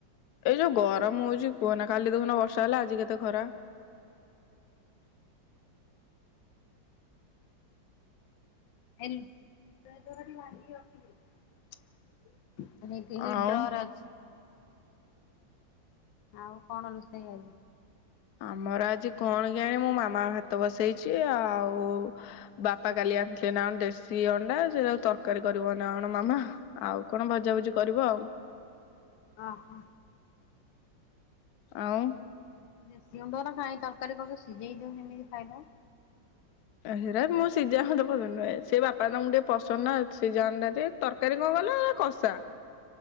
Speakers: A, on the left; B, on the left.
A: ଏଇ ଯୋଉ ଗରମ ହଉଚି କୁହନା କାଲି ଦେଖୁନ ବର୍ଷା ହେଲା ଆଜି କେତେ ଖରା।
B: ଟିକେ ଭାଜିକି ରଖିଦିଏ। ହେ କି ହେଇ
A: ଆଉ
B: ଡ୍ରରେ ଅଛି। ଆଉ କଣ ରୋଷେଇ ଆଜି?
A: ଆମର ଆଜି କଣ କେୟାନି ମୁଁ ମାମା ଭାତ ବସେଇଛି ଆଉ ବାପା କାଲି ଆଣିଥିଲେ ନା ଦେଶୀ ଅଣ୍ଡା ଆଉ ତରକାରୀ କରିବ ନା କଣ ମାମା ଆଉ କଣ ଭଜାଭୁଜି କରିବ ଆଉ।
B: ଅ ହୋ।
A: ଆଉ।
B: ଦେଶୀ ଅଣ୍ଡା ଗୁରା କାଇଁ ତରକାରୀ କରୁଚ ସିଝେଇ ଦଉ ସେମିତି ଖାଇଦଵ।
A: ହେରା ମୁଁ ସିଝା ମତେ ପସନ୍ଦ ନୁହେଁ। ସେ ବାପା ତମକୁ ଟିକେ ପସନ୍ଦ ନା ସିଝା ଅଣ୍ଡା ଟିକେ ତରକାରୀ କଣ ଭଲ ହେଲା କଷା।